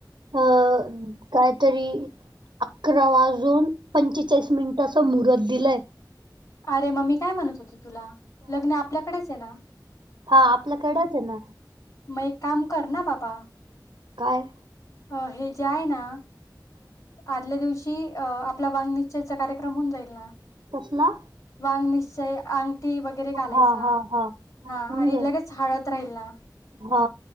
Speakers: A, on the right; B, on the left.
A: अं काहीतरी अकरा वाजून पंचेचाळीस मिनिटाच मुहूर्त दिलंय
B: अरे मम्मी काय म्हणत होती तुला लग्न आपल्याकडेच आहे ना?
A: हा आपल्याकडेच आहे ना
B: मग एक काम कर ना बाबा
A: काय
B: अ जे आहे ना आदल्या दिवशी आपला वांगनिश्चचा कार्यक्रम होऊन जाईल ना
A: कसला
B: वांग निश्चय अंगठी वगैरे घालायचं
A: हा हा हा
B: हा
A: म्हणजे
B: आणि लगेच हाळद राहील ना
A: हा